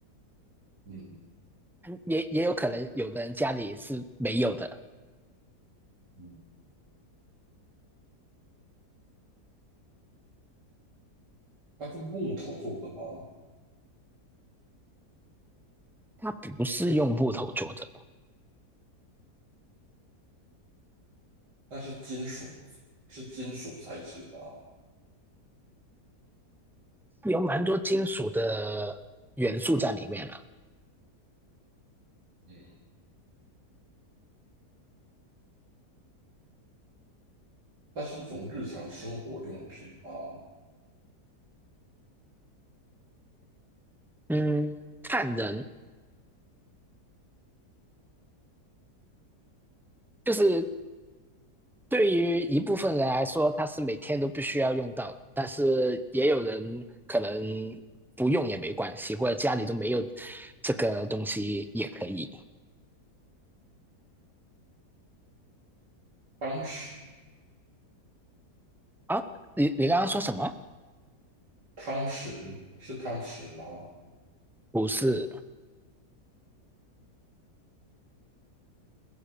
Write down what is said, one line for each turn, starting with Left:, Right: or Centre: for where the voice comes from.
Right: 嗯
Centre: 也也有可能有的人家里是没有的。
Right: 嗯，它是木头做的吗？
Centre: 它不是用木头做的，
Right: 那是金属，是金属材质吗？
Centre: 有蛮多金属的元素在里面了。
Right: 嗯，它是一种日常生活用品吗？
Centre: 嗯，看人，就是对于一部分人来说，它是每天都必须要用到，但是也有人可能不用也没关系，或者家里都没有这个东西也可以
Right: 汤匙，
Centre: 啊。你你刚刚说什么？
Right: 汤匙是汤匙吗？
Centre: 不是，